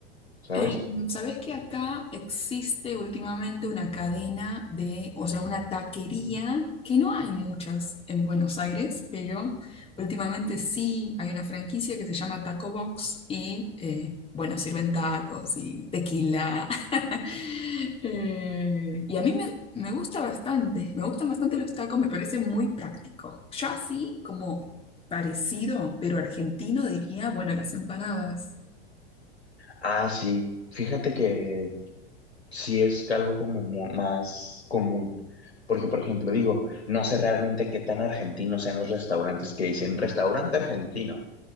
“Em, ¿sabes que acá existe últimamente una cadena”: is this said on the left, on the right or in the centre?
Left